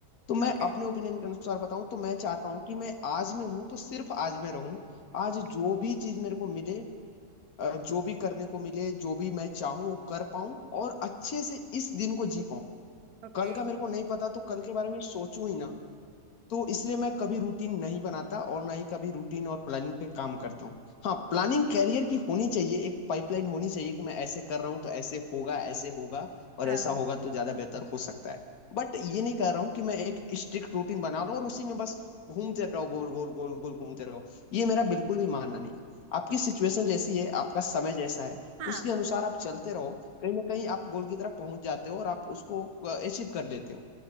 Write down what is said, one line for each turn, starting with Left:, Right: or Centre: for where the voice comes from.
Left: तो मैं
Right: ओके
Left: अपने ओपिनियन के अनुसार बताऊं तो मैं चाहता हूं कि मैं आज में हूं तो सिर्फ आज में रहूं आज
Right: ओके
Left: जो भी चीज मेरे को मिले अ, जो भी करने को मिले जो भी मैं चाहूं वो कर पाऊं और अच्छे से इस दिन को जी पाऊं
Right: ओके
Left: कल का मेरे को नहीं पता तो कल के बारे में सोचूं ही ना तो इसलिए मैं कभी रूटीन नहीं बनाता और ना ही कभी रूटीन और प्लानिंग पे काम करता हूँ हाँ प्लानिंग कैरियर की होनी चाहिए एक पाइपलाइन होनी चाहिए कि मैं ऐसे कर रहा हूँ तो ऐसे होगा ऐसे होगा और
Right: हाँ
Left: ऐसा होगा तो ज्यादा बेहतर हो सकता है बट ये नहीं कह रहा हूँ कि मैं एक स्ट्रिक्ट रूटीन बना लूँ और उसी में बस घूमते रहो गोल गोल गोल गोल घूमते रहो ये मेरा बिल्कुल भी मानना नहीं है आपकी
Right: ओके
Left: सिचुएशन जैसी है आपका समय जैसा है
Right: हाँ
Left: उसके अनुसार आप चलते रहो कहीं ना कहीं आप गोल की तरफ पहुंच जाते हो और आप उसको अचीव कर लेते हो